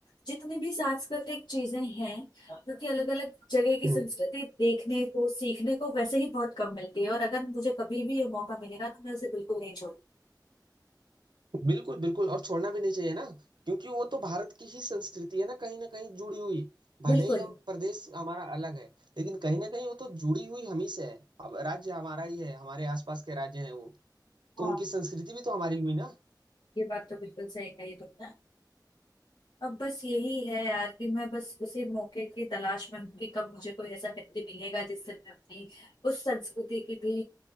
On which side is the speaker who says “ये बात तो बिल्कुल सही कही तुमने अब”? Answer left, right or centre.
Left